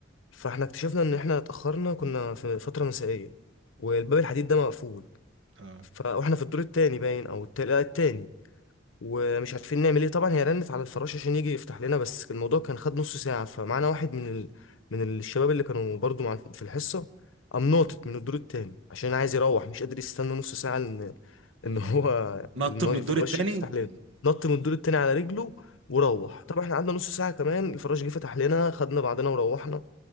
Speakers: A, on the left; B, on the right.
A: فاحنا اكتشفنا ان احنا اتاخرنا كنا في فتره مسائيه والباب الحديد ده مقفول
B: اه
A: ف- واحنا في الدور التاني باين او التالت لا، التاني ومش عارفين نعمل ايه طبعا هي رنت على الفراش عشان يجي يفتح لنا بس الموضوع كان خد نص ساعه فمعانا واحد من ال... من الشباب اللي كانوا برضو مع... في الحصه قام ناطط من الدور التاني عشان عايز يروح مش قادر يستنى نص ساعه ان <laughs> ان هو
B: آه. نط
A: إن
B: من
A: هو الفراش
B: الدور التاني
A: يجي يفتح لنا نط من الدور التاني على رجله وروح طبعا احنا قعدنا نص ساعه كمان الفراش جه فتح لنا خدنا بعضنا وروحنا